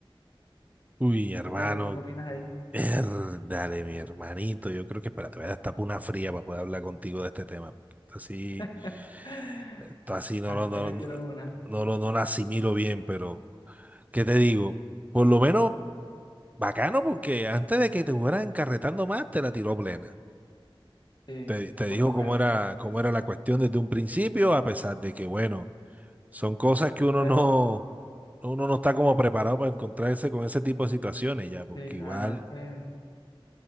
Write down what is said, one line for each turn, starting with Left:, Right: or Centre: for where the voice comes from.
Right: Uy, hermano,
Left: ¿tú qué, tú qué opinas ahí?
Right: Dale, mi hermanito, yo creo que espérate, voy a destapar una fría para poder hablar contigo de este tema. porque Esto así,
Left: <laughs>
Right: esto así no
Left: Hasta
Right: lo, no,
Left: yo
Right: no,
Left: quiero una,
Right: no lo no lo asimilo bien, pero ¿qué te digo? Por lo menos bacano, porque antes de que te fueras encarretando más, te la tiró plena.
Left: sí,
Right: Te, te dijo
Left: por lo menos.
Right: cómo era, cómo era la cuestión desde un principio, a pesar de que, bueno, son cosas que uno
Left: Se demoró.
Right: no, uno no está como preparado para encontrarse con ese tipo de situaciones ya, porque
Left: Sí,
Right: igual.
Left: la verdad es que,